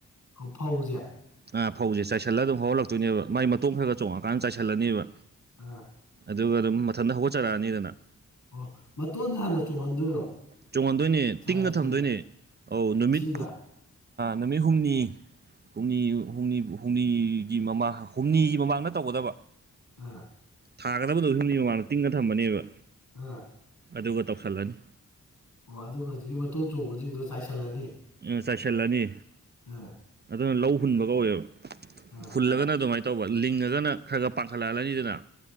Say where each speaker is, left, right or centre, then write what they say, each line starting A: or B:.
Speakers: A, on the left (about 65°); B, on the right (about 30°).
A: ꯍꯧꯐꯧꯖꯦ
B: ꯑꯥ ꯐꯧꯁꯦ ꯆꯥꯏꯁꯤꯜꯂ ꯑꯗꯨꯝ ꯍꯧꯍꯜꯂꯛꯇꯣꯏꯅꯦꯕ ꯃꯥꯏ ꯃꯇꯣꯡ ꯈꯔ ꯈ ꯆꯣꯡꯉꯀꯥꯟꯗ ꯆꯥꯏꯁꯤꯜꯂꯅꯤꯕ
A: ꯑꯥ
B: ꯑꯗꯨꯒ ꯑꯗꯨꯝ ꯃꯊꯟꯇ ꯍꯧꯒꯠꯆꯔꯛꯑꯅꯤꯗꯅ
A: ꯑꯣ ꯃꯇꯣꯟꯁꯦ ꯍꯥꯟꯅ ꯆꯣꯡꯍꯟꯗꯣꯏꯔꯣ
B: ꯆꯣꯡꯍꯟꯗꯣꯏꯅꯦ
A: ꯆꯥꯏꯗ꯭ꯔꯤꯀꯥꯟꯗ
B: ꯇꯤꯡꯅ ꯊꯝꯗꯣꯏꯅꯦ ꯑꯧ ꯅꯨꯃꯤꯠ
A: ꯏꯁꯤꯡꯗ
B: ꯅꯨꯃꯤꯠ ꯍꯨꯝꯅꯤ ꯍꯨꯝꯅꯤ ꯨꯝꯅꯤ ꯍꯨꯝꯅꯤꯒꯤ ꯃꯃꯥꯡ ꯍꯨꯝꯅꯤꯒꯤ ꯃꯃꯥꯡꯗ ꯇꯧꯒꯗꯕ
A: ꯎꯥ
B: ꯊꯥꯒꯗꯕꯗꯣ ꯌꯨꯝꯅꯤ ꯃꯃꯥꯡꯗ ꯇꯤꯡꯉ ꯊꯝꯕꯅꯦꯕ
A: ꯑꯥ
B: ꯑꯗꯨꯒ ꯇꯧꯁꯜꯂꯅꯤ
A: ꯑꯣ ꯑꯗꯨꯒ ꯍꯧꯖꯤꯛꯀꯤ ꯃꯇꯣꯟ ꯆꯣꯡꯕꯁꯤꯡꯗꯣ ꯆꯥꯏꯁꯤꯜꯂꯅꯤ
B: ꯎꯝ ꯁꯠꯁꯤꯂꯥꯅꯤ
A: ꯑꯥ
B: ꯑꯗꯨꯅ ꯂꯧ ꯍꯨꯟꯕ ꯀꯧꯋꯦꯕ
A: ꯑ
B: ꯐꯨꯜꯂꯒꯅ ꯑꯗꯨꯃꯥꯏꯅ ꯇꯧꯕ ꯂꯤꯡꯉꯒꯅ ꯈꯔ ꯈꯔ ꯄꯥꯡꯈꯠꯂꯛꯍꯜꯂꯅꯤꯗꯅ